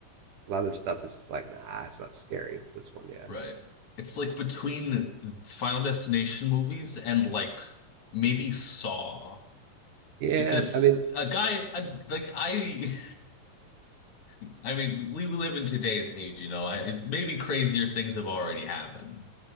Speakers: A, on the right; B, on the left.
A: A lot of the stuff is just like, nah, it's not scary, but this one, yeah,
B: Right. It's like between Final Destination movies and like maybe Saw
A: yeah.
B: because
A: I mean,
B: a guy a, like I <laughs> I mean we, we live in today's age, you know. I, it's maybe crazier things have already happened.